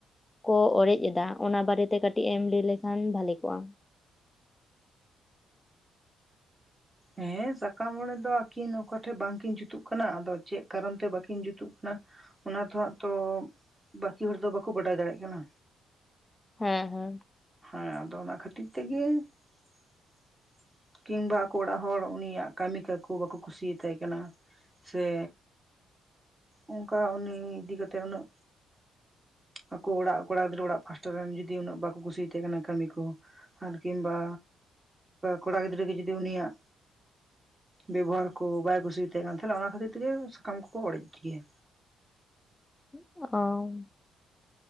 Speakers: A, on the left (about 15°); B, on the right (about 15°).
A: ᱠᱚ ᱚᱨᱮᱡ ᱫᱟ ᱚᱱᱟ ᱵᱟᱨᱮᱛᱮ ᱠᱟᱹᱴᱤᱡ ᱮᱢ ᱞᱟᱹᱭ ᱞᱮᱠᱷᱟᱱ ᱵᱷᱟᱞᱮ ᱠᱚᱜᱼᱟ ᱾
B: ᱦᱮᱸ ᱥᱟᱠᱟᱢ ᱚᱲᱮᱡ ᱫᱚ ᱟᱹᱠᱤᱱ ᱚᱠᱟᱴᱷᱮᱡ ᱵᱟᱝᱠᱤᱱ ᱡᱩᱛᱩᱜ ᱠᱟᱱᱟ ᱟᱫᱚ ᱪᱮᱫ ᱠᱟᱨᱚᱱ ᱛᱮ ᱵᱟᱠᱤᱱ ᱡᱩᱛᱩᱜ ᱠᱟᱱᱟ ᱚᱱᱟ ᱫᱚ ᱦᱟᱸᱜ ᱛᱚ ᱵᱟᱹᱠᱤ ᱦᱚᱲ ᱫᱚ ᱵᱟᱠᱚ ᱵᱟᱰᱟᱭ ᱫᱟᱲᱮᱭᱟᱜ ᱠᱟᱱᱟ
A: ᱦᱮᱸ ᱦᱮᱸ
B: ᱦᱮ ᱟᱫᱚ ᱚᱱᱟ ᱠᱷᱟᱹᱛᱤᱨ ᱛᱮᱜᱮ <inaudible> ᱠᱤᱝᱵᱟ ᱟᱠᱚ ᱚᱲᱟᱜ ᱦᱚᱲ ᱩᱱᱤᱭᱟᱜ ᱠᱟᱹᱢᱤ ᱠᱟᱠᱚ ᱵᱟᱠᱚ ᱠᱩᱥᱤᱭᱟᱛᱟᱭ ᱠᱟᱱᱟ ᱥᱮ ᱚᱱᱠᱟ ᱩᱱᱤ ᱤᱫᱤ ᱠᱟᱛᱮᱜ ᱩᱱᱟᱹᱜ ᱟᱠᱚ ᱚᱲᱟᱜ ᱠᱚᱲᱟ ᱜᱤᱫᱽᱨᱟᱹ ᱚᱲᱟᱜ ᱯᱟᱥᱴᱟ ᱨᱮᱱ ᱡᱩᱫᱤ ᱩᱱᱟᱹᱜ ᱵᱟᱠᱚ ᱠᱩᱥᱤᱭᱟ ᱛᱟᱦᱮᱸ ᱠᱟᱱᱟ ᱠᱟᱹᱢᱤ ᱠᱚ ᱟᱨ ᱠᱤᱢᱵᱟ ᱠᱚᱲᱟ ᱜᱤᱫᱽᱨᱟᱹ ᱜᱮ ᱡᱩᱫᱤ ᱩᱱᱤᱭᱟᱜ ᱵᱮᱵᱚᱦᱟᱨ ᱠᱚ ᱵᱟᱭ ᱠᱩᱥᱤᱭᱟᱛᱟᱭ ᱠᱟᱱ ᱛᱟᱦᱮᱱᱟ ᱚᱱᱟ ᱠᱷᱟᱹᱛᱤᱨ ᱛᱮᱜᱮ ᱥᱟᱠᱟᱢ ᱠᱚᱠᱚ ᱚᱲᱮᱡ ᱜᱮᱭᱟ
A: ᱚ